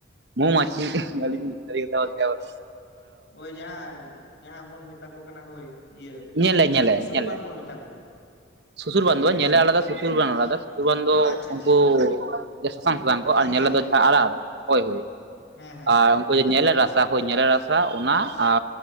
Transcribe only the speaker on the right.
ᱢᱳ ᱢᱟᱹᱪᱷᱤ <unintelligible>
ᱤᱧᱮᱞᱮ, ᱧᱮᱞᱮ,
ᱧᱮᱞᱮ᱾
ᱥᱩᱥᱩᱨ ᱵᱟᱸᱱᱫᱩ ᱵᱟᱝ ᱧᱮᱞᱮ ᱟᱞᱟᱫᱟ ᱥᱩᱥᱩᱨ ᱵᱟᱝ ᱟᱞᱟᱫᱟ ᱥᱩᱥᱩᱨ ᱵᱟᱸᱱᱫᱩ
ᱩᱱᱠᱩ
ᱥᱟᱥᱟᱝ ᱥᱟᱥᱟᱝ ᱠᱚ ᱟᱨ ᱧᱮᱞ
ᱫᱚ
ᱡᱟᱦᱟᱸ ᱟᱲᱟᱜᱼᱟᱜ ᱦᱳᱭ ᱦᱳᱭ
ᱟᱨ
ᱩᱱᱠᱩ ᱧᱮᱞ ᱨᱟᱥᱟ ᱦᱳᱭ ᱧᱮᱞᱮ ᱨᱟᱥᱟ ᱚᱱᱟ ᱟᱨ